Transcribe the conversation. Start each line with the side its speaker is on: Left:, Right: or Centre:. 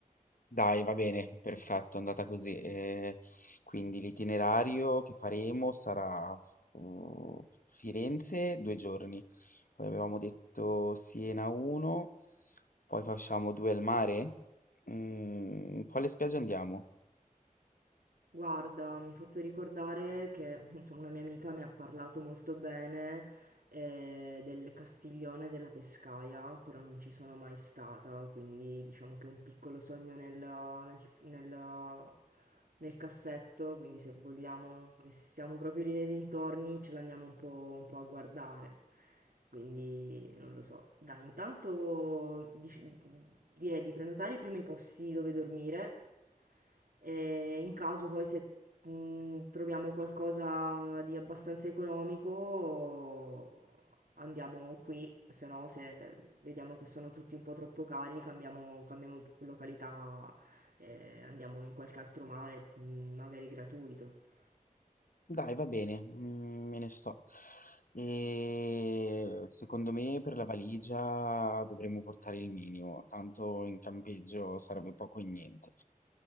Left: Dai, va bene, perfetto, è andata così. Eh, quindi l'itinerario che faremo sarà mm, Firenze due giorni, poi avevamo detto Siena uno, poi facciamo due al mare. Mm, quale spiaggia andiamo?
Right: Guarda, mi hai fatto ricordare che insomma, una mia amica mi ha parlato molto bene eh, del Castiglione della Pescaia, però non ci sono mai stata, quindi diciamo che è un piccolo sogno nel, nel s- nel- nel cassetto, quindi se vogliamo che siamo proprio lì nei dintorni ce l'andiamo un po', un po' a guardare, quindi non lo so. Dai, intanto dic- direi di prenotare i primi posti dove dormire. E in caso poi se mh, troviamo qualcosa di abbastanza economico andiamo qui, se no se vediamo che sono tutti un po' troppo cari cambiamo, cambiamo località, eh, andiamo in qualche altro mare, mh, magari gratuito.
Left: Dai, va bene, mm, me ne sto. E secondo me per la valigia dovremmo portare il minimo, tanto in campeggio sarebbe poco e niente.